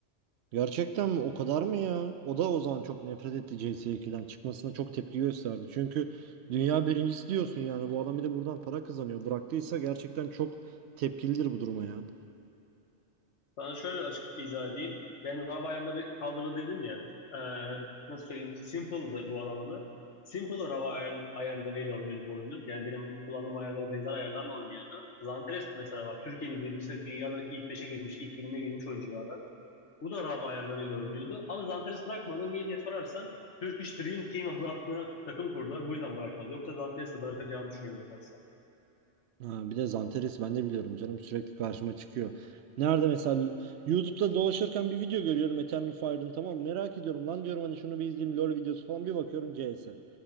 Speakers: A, on the right; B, on the left.
A: Gerçekten mi? O kadar mı ya? O da o zaman çok nefret etti CS2'den çıkmasına çok tepki gösterdi. Çünkü dünya birincisi diyorsun yani bu adam bir de buradan para kazanıyor. Bıraktıysa gerçekten çok tepkilidir bu duruma ya.
B: Sana şöyle açık izah edeyim. Ben Rav ayarları kaldırdı dedim ya. E, nasıl söyleyeyim? Simple'dı bu alamadı. Simple Rav ayar, ayarlarıyla oynuyordu bu oyunu. Yani benim kullandığım ayarlara benzer ayarlarla oynuyordu. Zanteres mesela var. Türkiye'nin birincisi dünyada ilk beşe girmiş, ilk 20'ye girmiş oyunculardan. Bu da Rav ayarlarıyla oynuyordu. Ama Zanteres bırakmadı. Niye diye sorarsan Turkish Dream Team adlı adlı takım kurdular. Bu yüzden bırakmadı. Yoksa Zanteres'i de bırakacağını düşünüyorum ben.
A: Ha, bir de Zanteres ben de biliyorum canım sürekli karşıma çıkıyor. Nerede mesela YouTube'da dolaşırken bir video görüyorum Eternal Fire'ın tamam mı? merak ediyorum lan diyorum hani şunu bir izleyeyim LoL videosu falan bir bakıyorum CS.